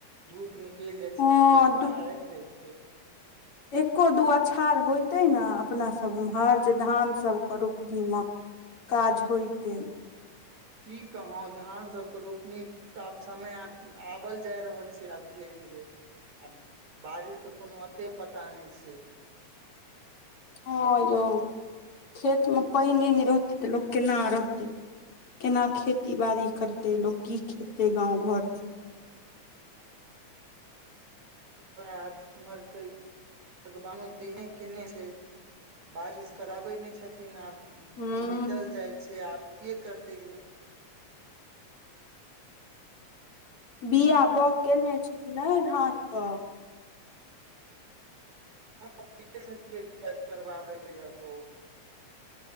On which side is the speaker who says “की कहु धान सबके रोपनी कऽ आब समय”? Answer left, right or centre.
Right